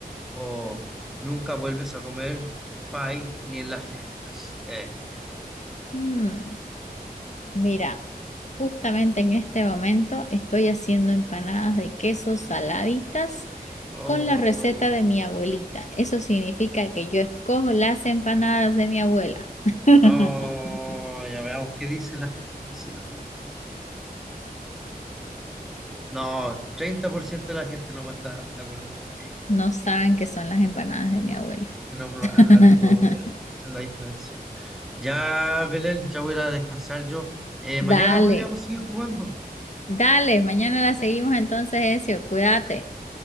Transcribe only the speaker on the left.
Mm, mira. Justamente en este momento estoy haciendo empanadas de queso saladitas
con la receta de mi abuelita. Eso significa que yo escojo las empanadas de mi abuela. <laughs>
No saben qué son las empanadas de mi abuela.
<laughs>
Dale,
dale, mañana la seguimos entonces, Ezio. Cuídate.